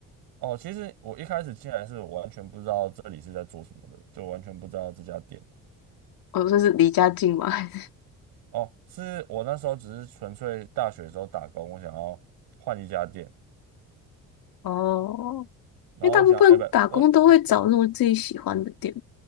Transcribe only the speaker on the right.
哦，其实我一开始进来是我完全不知道这里是在做什么的，就完全不知道这家店。
哦，是我那时候只是纯粹大学的时候打工，我想要换一家店，
然后我想，
哎，不，我我